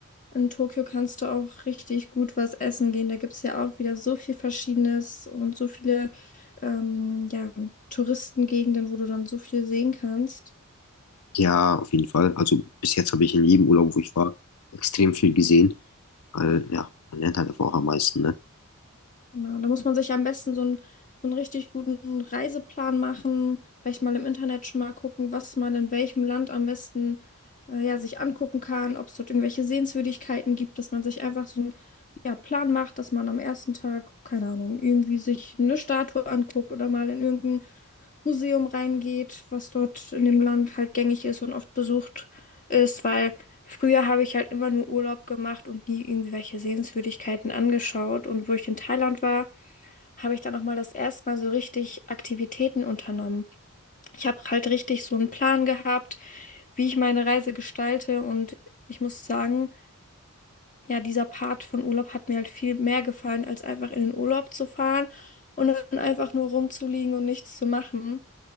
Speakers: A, on the left; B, on the left.
A: In Tokio kannst du auch richtig gut was essen gehen. Da gibt es ja auch wieder so viel Verschiedenes und so viele ähm, ja, Touristengegenden, wo du dann so viel sehen kannst.
B: ja, auf jeden Fall. Also bis jetzt habe ich in jedem Urlaub, wo ich war, extrem viel gesehen, weil ja, man lernt halt einfach auch am meisten, ne?
A: Ja, da muss man sich am besten so einen, so einen richtig guten Reiseplan machen, vielleicht mal im Internet schon mal gucken, was man in welchem Land am besten äh, ja, sich angucken kann, ob es dort irgendwelche Sehenswürdigkeiten gibt, dass man sich einfach so einen ja, Plan macht, dass man am ersten Tag, keine Ahnung, irgendwie sich eine Statue anguckt oder mal in irgendein Museum reingeht, was dort in dem Land halt gängig ist und oft besucht ist, weil. Früher habe ich halt immer nur Urlaub gemacht und nie irgendwie welche Sehenswürdigkeiten angeschaut. Und wo ich in Thailand war, habe ich dann nochmal das erste Mal so richtig Aktivitäten unternommen. Ich habe halt richtig so einen Plan gehabt, wie ich meine Reise gestalte. Und ich muss sagen, ja, dieser Part von Urlaub hat mir halt viel mehr gefallen, als einfach in den Urlaub zu fahren und dann einfach nur rumzuliegen und nichts zu machen.